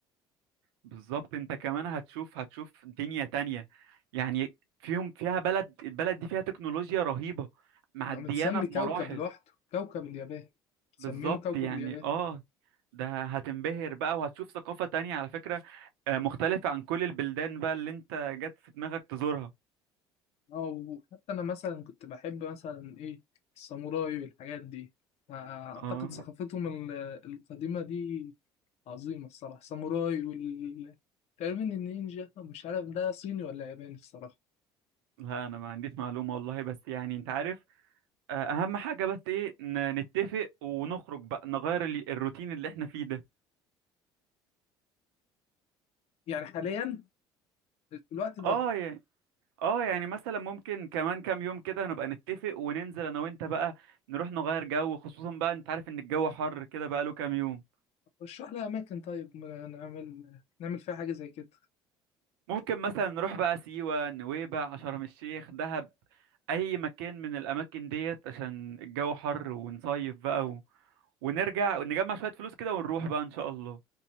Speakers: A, on the right; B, on the left.
A: بالظبط انت كمان هتشوف هتشوف دنيا تانية يعني فيهم فيها بلد البلد دي فيها تكنولوجيا رهيبة معديانة
B: متسمي
A: بمراحل
B: كوكب لوحده كوكب اليابان مسمينه
A: بالظبط
B: كوكب
A: يعني
B: اليابان
A: اه ده هتنبهر بقى وهتشوف ثقافة تانية على فكرة آه، مختلفة عن كل البلدان بقى اللي انت جت في دماغك تزورها
B: اه وحتى انا مثلا كنت بحب مثلا ايه الساموراي والحاجات دي اعتقد
A: اه
B: ثقافتهم ال- القديمة دي عظيمة الصراحة الساموراي وال تقريبا النينجا مش عارف ده صيني ولا ياباني الصراحة
A: لا انا ما عنديش معلومة والله بس يعني انت عارف آه، اهم حاجة بس ايه ن- نتفق ونخرج بقى نغير ال- الروتين اللي احنا فيه ده
B: يعني حاليا في الوقت ده
A: اه يعني اه يعني مثلا ممكن كمان كام يوم كده نبقى نتفق وننزل انا وانت بقى نروح نغير جو خصوصا بقى انت عارف ان الجو حر كده بقى له كام يوم
B: رشح لي أماكن طيب م- نعمل نعمل فيها حاجة زي كده
A: ممكن مثلا نروح بقى سيوة نويبع شرم الشيخ دهب اي مكان من الاماكن ديت عشان الجو حر ونصيف بقى و... ونرجع نجمع شوية فلوس كده ونروح بقى ان شاء الله